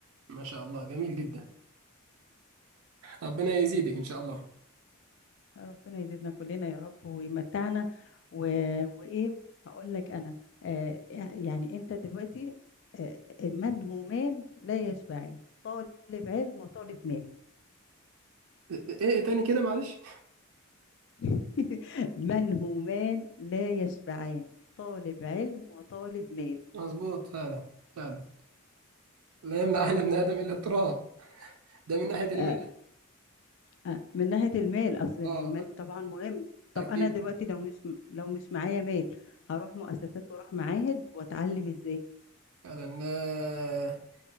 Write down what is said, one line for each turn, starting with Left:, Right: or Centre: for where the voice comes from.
Right: ما شاء الله جميل جدا ربنا يزيدك إن شاء الله
Left: ربنا يزيدنا كلنا يا رب ويمتعنا و... وإيه هقول لك أنا آه آه، يعني أنت دلوقتي آه منهومان لا يشبعان طالب علم وطالب مال
Right: إيه إيه تاني كده معلش
Left: <laughs> منهومان لا يشبعان طالب علم وطالب مال
Right: مظبوط فعلا فعلا لا يملأ عين ابن آدم إلا التراب ده من ناحية المال
Left: آه، آه، من ناحية المال أصل المال
Right: اه
Left: طبعا مهم طب
Right: أكيد
Left: أنا دلوقتي لو مش لو مش معايا مال هروح مؤسسات وأروح معاهد وأتعلم إزاي
Right: فعلا آه،